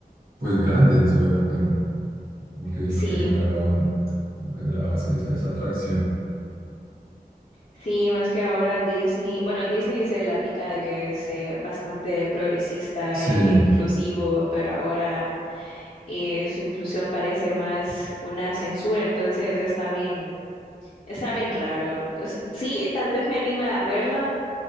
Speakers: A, on the right (about 70°); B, on the left (about 45°).
A: pues grande en su época, ¿no? Como que lo
B: Sí.
A: que generaba, lo generaba esa, esa esa atracción.
B: Sí, más que ahora Disney, bueno, Disney se la pica de que es eh, bastante progresista
A: Sí.
B: y que es inclusivo, pero ahora eh, su inclusión parece más una censura, entonces está bien, está bien raro. O sí, tal vez me anime a verla